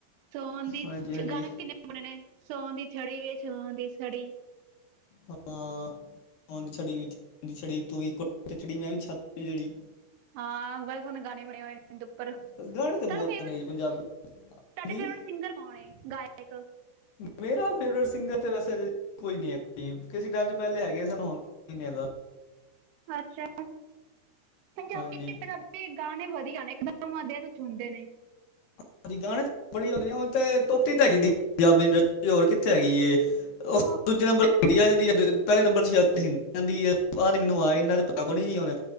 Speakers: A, on the right; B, on the left.
A: ਸੌਣ ਦੀ
B: ਹਾਂਜੀ
A: 'ਚ
B: ਹਾਂਜੀ
A: 'ਗਾਣੇ ਵੀ‌ ਕਿੰਨੇ ਬਣੇ ਨੇ ਸੌਣ ਦੀ ਛੜੀ ਏ ਸੌਣ ਦੀ ਛੜੀ
B: ਹਾਂ ਸੌਣ ਦੀ ਛੜੀ ਵੇ ਸੌਣ ਦੀ ਛੜੀ ਤੂੰ ਵੀ ਕੋਠੇ ਤੇ ਚੜੀ ਮੈਂ ਵੀ ਛੱਤ ਤੇ ਚੜੀ।
A: ਹਾਂ ਬੜੇ ਸੋਹਣੇ ਗਾਣੇ ਬਣੇ ਹੋਏ ਨੇ ਇਹਦੇ ਉੱਪਰ
B: ਬ ਗਾਣੇ
A: ਤੁਹਾਡਾ
B: ਤੇ ਬਹੁਤ
A: ਫੇਵਰਟ
B: ਨੇ ਜੀ ਪੰਜਾਬੀ <unintelligible>
A: ਤੁਹਾਡੇ
B: ਹਜੀ
A: ਫੇਵਰਟ ਸਿੰਗਰ ਕੌਣ ਹੈ ਗਾਇਕ
B: ਮੇਰਾ ਫੇਵਰੇਟ ਸਿੰਗਰ ਤੇ ਵੈਸੇ ਕੋਈ ਨੀ ਹੈਗਾ ਕਿਸੇ ਟੈਮ ਚ ਪਹਿਲੇ ਹੈਗੇ ਸਾਨੂੰ ਹੁਣ ਕੋਈ ਨੀ ਹੈਗਾ।
A: ਅੱਛਾ। <unintelligible>
B: ਹਾਂਜੀ।
A: ਬੀ ਗਾਣੇ ਵਧੀਆਂ ਨੇ ਇੱਕਦਮ ਹਿਰਦੇ ਨੂੰ ਚੁਣਦੇ ਨੇ
B: ਹਾਂਜੀ ਗਾਣੇ ਬੜੀ ਹ ਹੁ ਤੋਪੀ ਤਾਂ ਹੈਗੀ ਪੰਜਾਬ ਇੰਟ ਹੋਰ ਕਿੱਥੇ ਹੈਗੀ ਜੇ ਉਹ
A: ਹਾਂ
B: ਦੂਜੇ ਨੰਬਰ ਇੰਡੀ ਆ ਜਾਂਦੀ ਹੈ ਪਹਿਲੇ ਨੰਬਰ ਚ ਸ਼ਇਦ ਹਿੰਦੀ ਆ ਜਾਂਦੀ ਹੈ ਬਾਅਦ ਮੈਨੂੰ ਆ ਇਹਨਾਂ ਤੇ ਪਤਾ ਕੁ ਨੀ ਜੀ ਹੁਣ